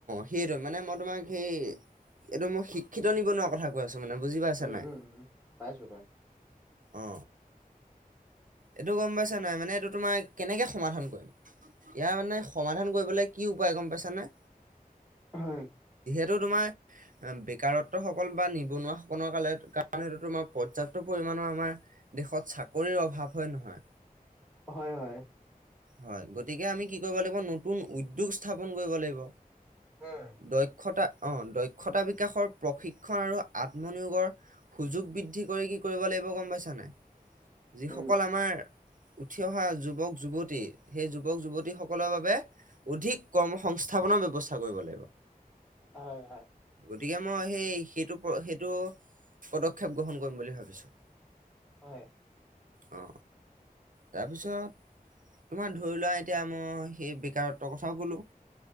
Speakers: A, on the right; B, in the centre.
A: সেইটো মানে মই তোমাক। সেই
B: উম,
A: এইটো মোৰ শিক্ষিত নিবনুৱা কথা কৈ আছো। মানে বুজি পাইছা
B: উম
A: নাই
B: উম উম পাইছো পাইছো
A: অ এইটো গম পাইছা নাই মানে এইটো তোমাৰ কেনেকে সমাধান কৰিম ইয়াৰ মানে সমাধান কৰিবলৈ কি উপায় গম পাইছানে
B: হয়
A: সটো তোমাৰ বেকাৰত্ব সকল বা নিবনুৱাসকলৰাল কাৰণে সটো তোমাৰ পৰ্যাপ্ত পৰিমাণৰ আমাৰ দেশত চাকৰিৰ অভাৱ হয় নহয়
B: হয় হয়।
A: হয় গতিকে আমি কি কৰিব লাগিব নতুন উদ্যোগ স্থাপন কৰিব লাগিব।
B: উম,
A: দক্ষতা অ দক্ষতা বিকাশৰ প্ৰশিক্ষণ আৰু আত্মনিয়োগৰ সুযোগ বৃদ্ধি কৰি কি কৰিব লাগিব গম পাইছানে যিসকল
B: উম,
A: আমাৰ উঠি অহা যুগ যুৱক যুৱতী সেই যুৱক যুৱতীসকলৰ বাবে অধিক কৰ্ম সংস্থাপনৰ ব্যৱস্থা কৰিব লাগিব
B: হয় হয়
A: গতিকে মই সেই সেইটো সেইটো পদক্ষেপ গ্ৰহণ কৰিম বুলি ভাবিছো
B: হয়
A: অ তাৰ পিছত। তোমাৰ ধৰি লোৱা এতিয়া মই সেই বেকাৰত্বৰ কথাও কলো